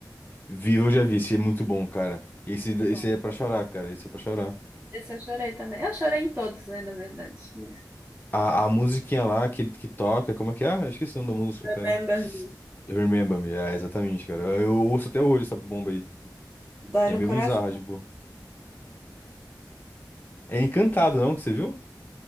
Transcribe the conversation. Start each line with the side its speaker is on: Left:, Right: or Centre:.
Left: Viva eu já vi, esse é muito bom, cara. Esse,
Right: Muito
Left: esse
Right: bom.
Left: é pra chorar, cara. Esse é pra chorar.
Right: Esse eu chorei também. Eu chorei em todos, né, na verdade. mas-
Left: A, a musiquinha lá, que ele que toca, como é que é? Ah, eu esqueci o nome da música,
Right: Remember
Left: cara.
Right: Me.
Left: Eu Remember Me, é, exatamente, cara. Eu, eu ouço até hoje essa bomba aí.
Right: Dói
Left: E
Right: no
Left: é meio
Right: coração.
Left: bizarra, tipo. É Encantado, não? Que você viu?